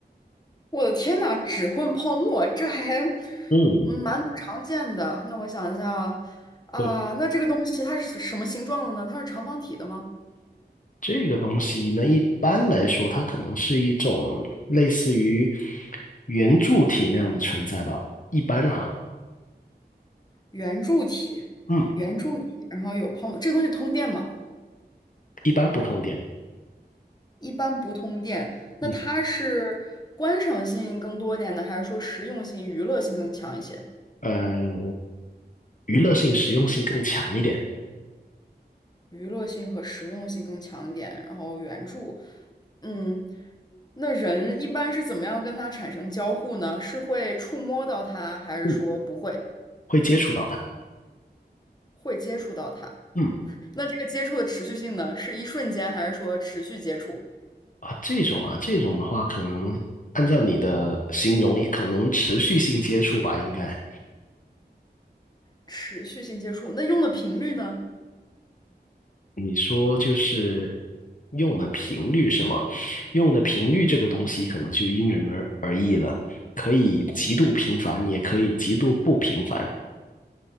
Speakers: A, on the left; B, on the left.
A: 我的天呐，只混泡沫，这还
B: 嗯，
A: 嗯蛮不常见的。那我想一下啊，啊那这个东西它是什么形状的呢？
B: 对，
A: 它是长方体的吗？
B: 这个东西呢，一般来说，它可能是一种类似于圆柱体那样的存在吧，一般哈。
A: 圆柱体，
B: 嗯，
A: 圆柱体，然后有泡沫，这个东西通电吗？
B: 一般不通电，
A: 一般不通电。
B: 嗯
A: 那它是观赏性更多一点呢，还是说实用性、娱乐性更强一些？
B: 嗯，娱乐性、实用性更强一点，
A: 娱乐性和实用性更强一点。然后圆柱，嗯，那人一般是怎么样跟它产生交互呢？是会触摸到它，还是说不会，
B: 嗯，会接触到它，
A: 会接触到它？
B: 嗯
A: 那这个接触的持续性呢，是一瞬间，还是说持续接触？
B: 啊，这种啊，这种的话，可能按照你的形容，可能持续性接触吧，应该
A: 持续性接触，那用的频率呢？
B: 你说就是用的频率是吗？用的频率这个东西，可能就因人而而异了，可以极度频繁，也可以极度不频繁，